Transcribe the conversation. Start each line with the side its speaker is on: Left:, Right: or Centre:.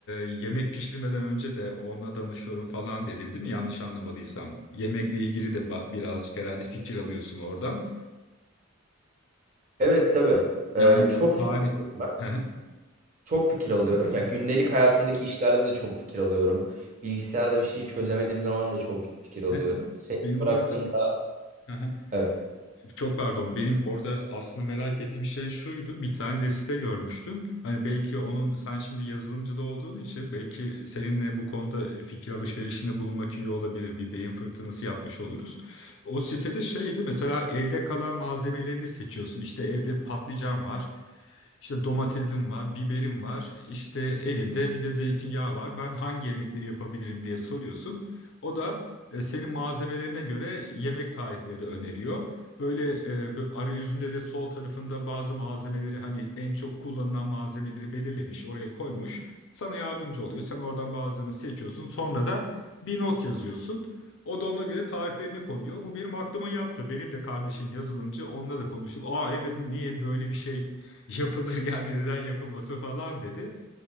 Left: yemek pişirmeden önce de ona danışıyorum falan dedin değil mi? Yanlış anlamadıysam. Yemekle ilgili de ba- birazcık herhalde fikir alıyorsun oradan.
Right: Evet tabii.
Left: Yani
Right: Ee, çok
Left: bu
Right: fikir
Left: tarif
Right: alıyorum ben.
Left: <laughs>
Right: Çok fikir alıyorum. Ya gündelik hayatımdaki işlerde de çok fikir alıyorum. Bilgisayarda bir şeyi çözemediğim zaman da çok fikir alıyorum.
Left: Aha,
Right: Sektör
Left: Benim
Right: hakkında
Left: orada <laughs> aha,
Right: evet.
Left: çok pardon benim orada aslında merak ettiğim şey şuydu bir tane de site görmüştüm hani belki onun sen şimdi yazılımcı da olduğun için belki seninle bu konuda fikir alışverişinde bulunmak iyi olabilir bir beyin fırtınası yapmış oluruz. O sitede şeydi mesela evde kalan malzemelerini seçiyorsun İşte evde patlıcan var işte domatesim var biberim var işte elimde bir de zeytinyağı var ben hangi yemekleri yapabilirim diye soruyorsun o da e, senin malzemelerine göre yemek tarifleri öneriyor. Böyle e, bö- arayüzünde de sol tarafında bazı malzemeleri hani en çok kullanılan malzemeleri belirlemiş, oraya koymuş. Sana yardımcı oluyor. Sen oradan bazılarını seçiyorsun. Sonra da bir not yazıyorsun. O da ona göre tariflerini koyuyor. Bu benim aklıma yattı. Benim de kardeşim yazılımcı. Onunla da konuştuk. Aa evet niye böyle bir şey yapılır <laughs> yani neden yapılması falan dedi.